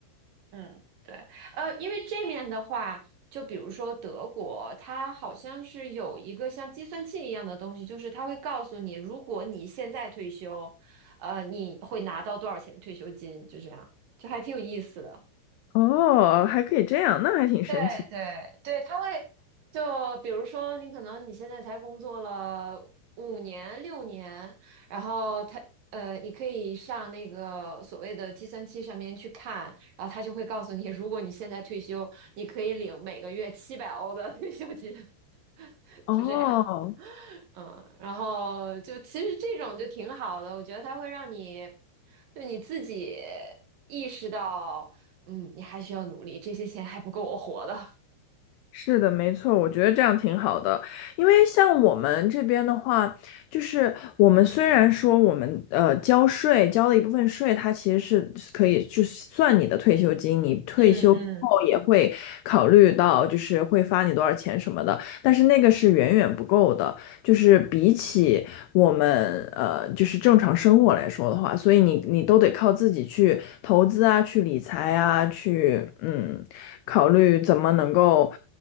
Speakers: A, on the right; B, on the left.
A: 嗯，对，呃，因为这面的话，就比如说德国，它好像是有一个像计算器一样的东西，就是它会告诉你，如果你现在退休，呃，你会拿到多少钱退休金，就这样，就还挺有意思的。
B: <laughs> 哦，还可以这样，那还挺神奇的。
A: 对对对，他会就比如说，你可能你现在才工作了五年六年，然后他呃，你可以上那个所谓的计算器上面去看，然后他就会告诉你，如果你现在退休，你可以领每个月七百欧的 <laughs> 退休金，<laughs>
B: 哦，
A: 就这样。嗯，然后就其实这种就挺好的，我觉得它会让你就你自己意识到，嗯，你还需要努力，这些钱还不够我活的。
B: 是的，没错，我觉得这样挺好的，因为像我们这边的话，就是我们虽然说我们呃交税交了一部分税，它其实是可以就算你的退休金，你退休之后也会考虑到就是会发你多少钱什么的，
A: 嗯嗯，
B: 但是那个是远远不够的。就是比起我们呃，就是正常生活来说的话，所以你你都得靠自己去投资啊，去理财啊，去嗯，考虑怎么能够